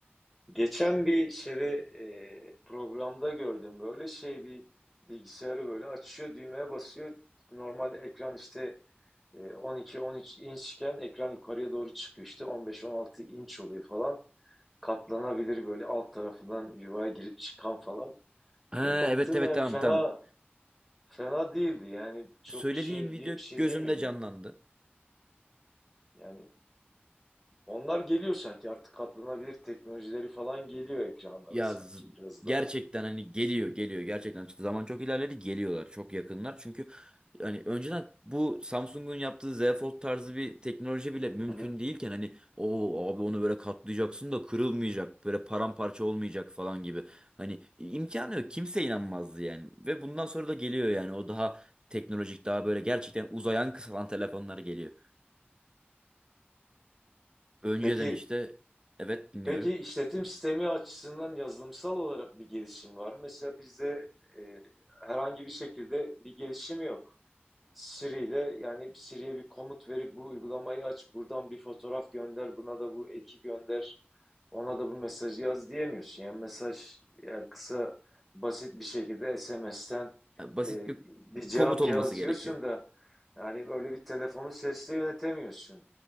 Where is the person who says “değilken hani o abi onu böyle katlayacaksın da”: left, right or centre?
Right